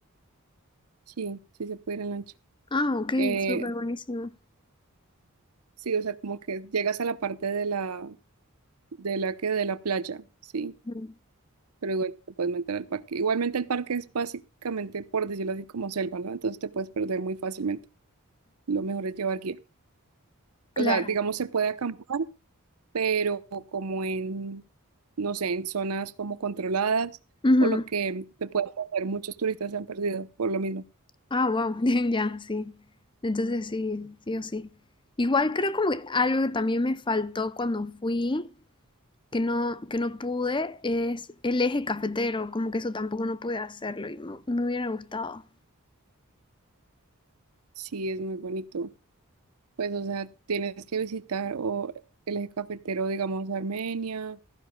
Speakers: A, on the right; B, on the left.
A: Sí, sí se puede ir en lancha.
B: Ah, ok,
A: Eh,
B: súper buenísimo.
A: sí, o sea, como que llegas a la parte de la, de la que, de la playa, sí,
B: Ujú.
A: pero igual te puedes meter al parque. Igualmente el parque es básicamente, por decirlo así, como selva, ¿no? Entonces te puedes perder muy fácilmente. Lo mejor es llevar guía.
B: Claro.
A: O sea, digamos, se puede acampar, pero como en, no sé, en zonas como controladas,
B: Ujú.
A: por lo que te puede pasar, muchos turistas se han perdido por lo mismo.
B: Ah, wow, <laughs> ya, sí. Entonces sí, sí o sí. Igual creo como que algo que también me faltó cuando fui, que no, que no pude, es el eje cafetero, como que eso tampoco no pude hacerlo y me, me hubiera gustado.
A: Sí, es muy bonito. Pues, o sea, tienes que visitar o el eje cafetero, digamos, Armenia,